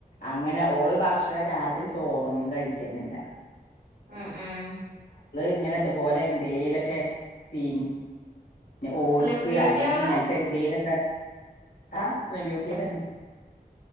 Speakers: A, on the left (about 80°); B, on the right (about 80°).
A: ഇങ്ങനെ ഓള് ഭക്ഷണം രാത്രി ചോറൊന്നും കഴിക്കുന്നില്ല
B: ഉം ഉം
A: ഇങ്ങനെതപോലെ എന്തേയിലൊക്കെ പിന്നെ ഓട്സ്
B: സ്ലിം ബ്യൂട്ടിയാ
A: അല്ലെങ്കിൽ
B: അവള്
A: ഇങ്ങനത്തെ എന്തേലൊക്കെ? ആഹ് <unintelligible> ബൂട്ടിയി തന്നെ